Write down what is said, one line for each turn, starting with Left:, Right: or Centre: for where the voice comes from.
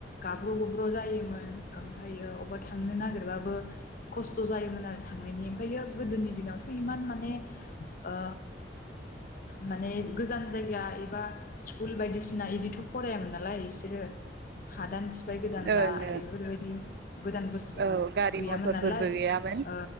Left: गाब्र' गुब्र' जायोमोन ओमफ्रायो अबावबा थांनो नागिरबाबो खस्थ' जायोमोन आरो थांनायनि ओमफ्रायो गोदोनि दिनावथ' इमान माने ओ माने गोजान जायगा एबा स्कुल बायदिसिना बिदिथ' फरायामोन नालाय बिसोरो हादान सिफाय फाय गोदान
Right: ओं
Left: बा
Right: ओ
Left: बेफोरबायदि गोदान बुस्थुआव
Right: औ गारि
Left: गैयामोन
Right: मथरफोरबो
Left: नालाय
Right: गैयामोन
Left: ओ